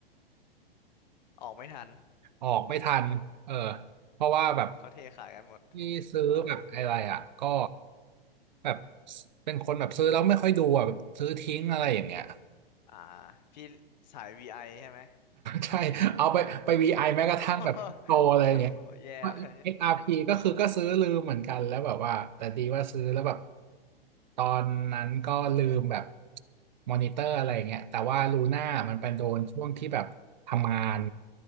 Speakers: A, on the left (about 45°); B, on the right (about 50°).
A: <laughs> ออกไม่ทัน
B: ออกไม่ทันเออเพราะว่าแบบ
A: เขาเทขายกันหมดโหดอยเลย
B: ที่ซื้อแบบอะไรอ่ะก็แบบเป็นคนแบบซื้อแล้วไม่ค่อยดูอ่ะแบบซื้อทิ้งอะไรอย่างเงี้ย
A: อ่าพี่สาย VI ใช่ไหม
B: ใช่เอาไปไปวีไ i แม้กระทั่งแบบโตอะไรอย่างเงี้ย
A: <laughs> โอ้โหแย่ไป
B: XRP กซ์อาร์พีก็คือก็ซื้อลืมเหมือนกันแล้วแบบว่าแต่ดีว่าซื้อแล้วแบบตอนนั้นก็ลืมแบบมอนิเตอร์อะไรอย่างเงี้ยแต่ว่าลูน่ามันเป็นโดนช่วงที่แบบทำงาน
A: อืม